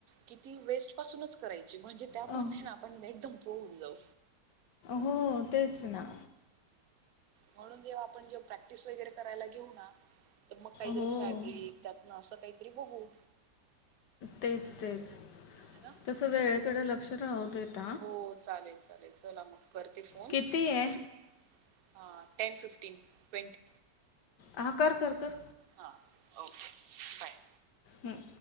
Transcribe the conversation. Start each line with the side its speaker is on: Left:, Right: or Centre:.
Right: की ती वेस्ट पासूनच करायची म्हणजे त्यामध्ये
Left: अह,
Right: ना आपण एकदम ब ब जााऊ
Left: हो तेच ना.
Right: म्हणून जेव्हा आपण जेव्हा प्रॅक्टिस वगैरे करायला घेऊ ना तर मग काहीतरी
Left: हो
Right: फॅब्रिक त्या ना असं काहीतरी बघू.
Left: तेच तेच
Right: है ना
Left: तसं
Right: हम्म.
Left: वेळेकडे लक्ष राहू देेत.
Right: हो चालेल चालेल चला मग करते फोन
Left: किती आहे
Right: ह. हां टेन फिफ्टीन ट्वेंटी.
Left: हह कर कर कर.
Right: हा ओके बाय.
Left: हम्.